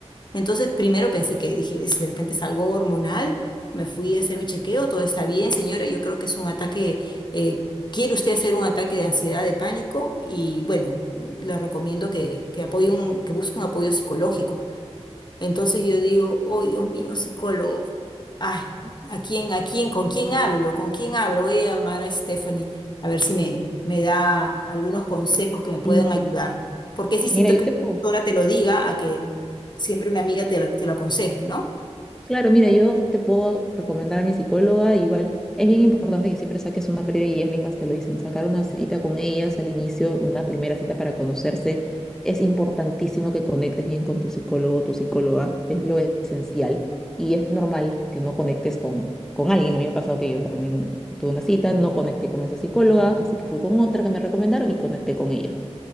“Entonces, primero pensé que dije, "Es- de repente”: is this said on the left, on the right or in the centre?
Left